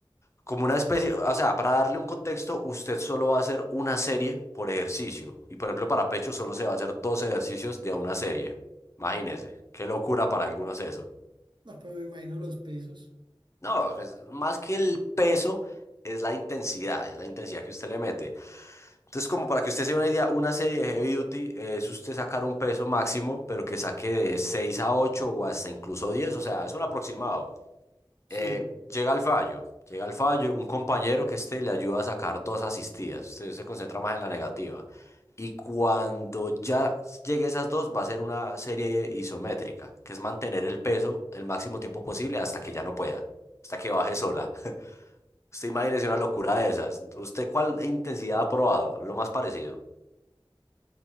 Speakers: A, on the left (about 30°); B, on the right (about 55°).
A: como una especie, o sea, para darle un contexto, usted solo va a hacer una serie por ejercicio. Y por ejemplo, para pecho solo se va a hacer dos ejercicios de una serie. Imagínese, qué locura para algunos eso.
B: no, pero me imagino los pesos.
A: No, pues más que el peso, es la intensidad, es la intensidad que usted le mete. Entonces, como para que usted se dé una idea, una serie de heavy duty es usted sacar un peso máximo, pero que saque de 6 a 8 o hasta incluso diez. o sea, es un aproximado.
B: Sí.
A: Eh, llega al fallo, llega al fallo, un compañero que esté le ayuda a sacar dos asistidas, usted se concentra más en la negativa. Y cuando ya llegue a esas dos, va a ser una serie isométrica, que es mantener el peso el máximo tiempo posible hasta que ya no pueda, hasta que baje sola. Usted imagínese una locura de esas. ¿Usted cuál intensidad ha probado? Lo más parecido.